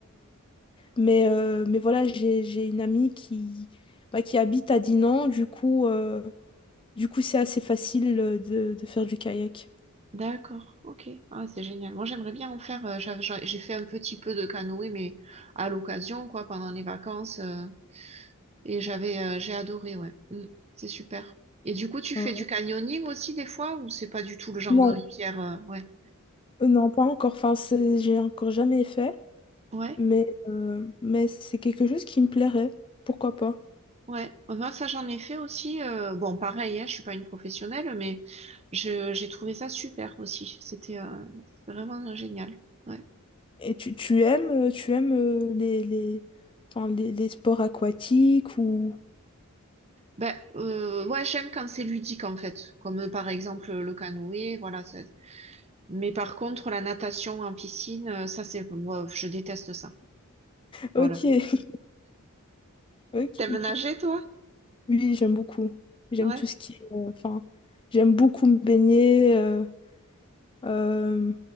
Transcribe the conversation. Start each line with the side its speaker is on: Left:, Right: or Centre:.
Left: mais, euh, mais voilà, j'ai, j'ai une amie qui, bah, qui habite à Dinan. Du coup, euh, du coup, c'est assez facile euh, de, de faire du kayak.
Right: D'accord. Ok. Ah, c'est génial. Moi, j'aimerais bien en faire. euh, j'avais- J'ai j'ai fait un petit peu de canoë, mais à l'occasion, quoi, pendant les vacances. euh, Et j'avais, euh, j'ai adoré, ouais. Mm, c'est super. Et du coup, tu fais
Left: Ouais.
Right: du canyoning aussi des fois ou c'est pas du tout le genre
Left: Non,
Right: de rivière, euh, ouais.
Left: euh, non, pas encore. Enfin, c'est- j'ai encore jamais fait.
Right: Ouais,
Left: Mais, euh, mais c'est quelque chose qui me plairait. Pourquoi pas?
Right: ouais. Moi, ça, j'en ai fait aussi. euh, bon, pareil, hein, je suis pas une professionnelle, mais je, j'ai trouvé ça super aussi. C'était euh, vraiment euh, génial. Ouais.
Left: Et tu, tu aimes, euh, tu aimes euh, les, les, enfin, les, les sports aquatiques ou...
Right: Ben, euh, ouais, j'aime quand c'est ludique en fait, comme euh, par exemple le canoë, voilà. c'est- Mais par contre, la natation en piscine, euh, ça, c'est, moi, je déteste ça.
Left: Ok.
Right: Voilà.
Left: Ok.
Right: T'aimes nager, toi?
Left: Oui, j'aime beaucoup. J'aime
Right: Ouais,
Left: tout ce qui est... euh, Enfin, j'aime beaucoup me baigner. euh, euh,